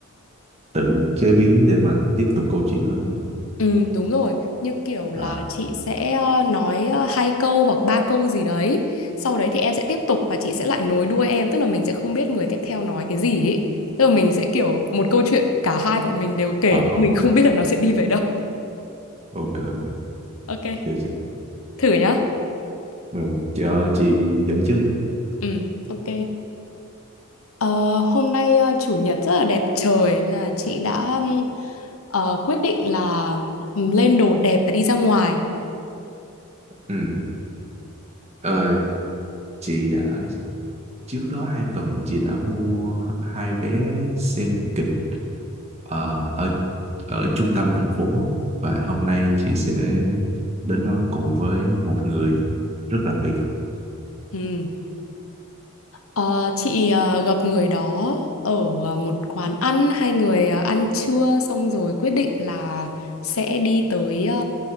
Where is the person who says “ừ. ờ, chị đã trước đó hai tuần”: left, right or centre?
Right